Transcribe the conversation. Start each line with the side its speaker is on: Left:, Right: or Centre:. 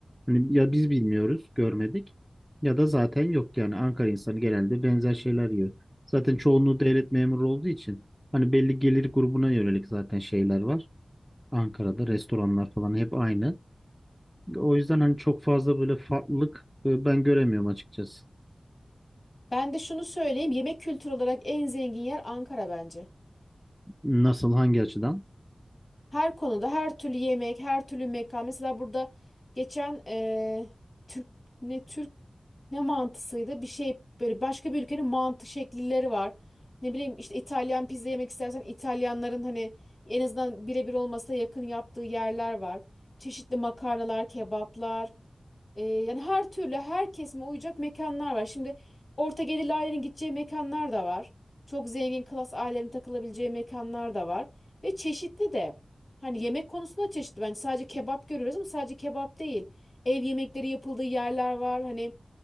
Centre: Hani ya biz bilmiyoruz, görmedik ya da zaten yok yani Ankara insanı genelde benzer şeyler yiyor. Zaten çoğunluğu devlet memuru olduğu için hani belli gelir grubuna yönelik zaten şeyler var. Ankara'da restoranlar falan hep aynı. O yüzden hani çok fazla böyle farklılık e, ben göremiyorum açıkçası.
Left: Ben de şunu söyleyeyim. Yemek kültürü olarak en zengin yer Ankara bence.
Centre: Nasıl, hangi açıdan?
Left: Her konuda her türlü yemek, her türlü mekan. Mesela burada geçen eee, Türk ne Türk ne mantısıydı? Bir şey böyle başka bir ülkenin mantı şekilleri var. Ne bileyim işte İtalyan pizza yemek istersen İtalyanların hani en azından birebir olmasa da yakın yaptığı yerler var. Çeşitli makarnalar, kebaplar. Ee, yani her türlü her kesime uyacak mekanlar var. Şimdi orta gelirli ailenin gideceği mekanlar da var. Çok zengin klas ailenin takılabileceği mekanlar da var. Ve çeşitli de. Hani yemek konusunda çeşitli bence sadece kebap görüyoruz ama sadece kebap değil. Ev yemekleri yapıldığı yerler var. Hani